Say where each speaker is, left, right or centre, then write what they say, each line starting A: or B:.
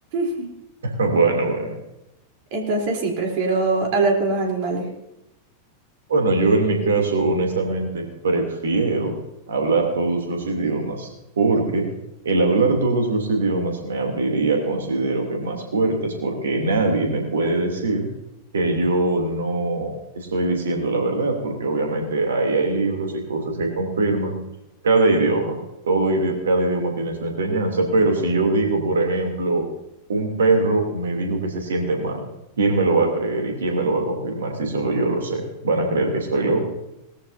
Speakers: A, on the right; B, on the right.
A: <laughs>
B: <laughs> Bueno, bueno.
A: Entonces sí, prefiero hablar con los animales.
B: Bueno, yo en mi caso, honestamente, prefiero hablar todos los idiomas porque el hablar todos los idiomas me abriría, considero que más puertas, porque nadie me puede decir que yo no estoy diciendo la verdad, porque obviamente ahí hay libros y cosas que confirman cada idioma. Todo idi- cada idioma tiene su enseñanza, pero si yo digo, por ejemplo, un perro me dijo que se siente mal. ¿Quién me lo va a creer y quién me lo va a confirmar si solo yo lo sé? Van a creer que estoy loco.